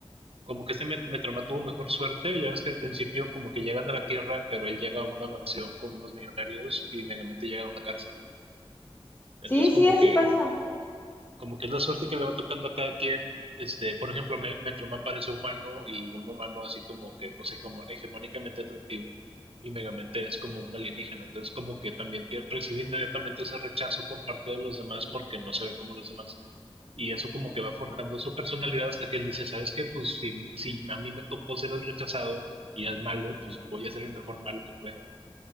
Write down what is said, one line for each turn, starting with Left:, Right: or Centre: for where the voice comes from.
Right: como que este Met- Metroman tuvo mejor suerte, ya ves que al principio como que llegan a la Tierra, pero él llega a una mansión con unos millonarios y Megamente llega a una cárcel. Entonces
Left: Sí, sí,
Right: como
Left: así
Right: que,
Left: pasa.
Right: como que es la suerte que le va tocando a cada quien. Este, por ejemplo, Me- Metroman parece humano y un humano así como que pues hegemo- hegemónicamente atractivo y Megamente es como un alienígena. Entonces como que también tie- recibe inmediatamente ese rechazo por parte de los demás porque no se ve como los demás. Y eso como que va forjando su personalidad hasta que él dice, ¿sabes qué? Pues si, si a mí me tocó ser el rechazado y el malo, pues voy a ser el mejor malo que pueda.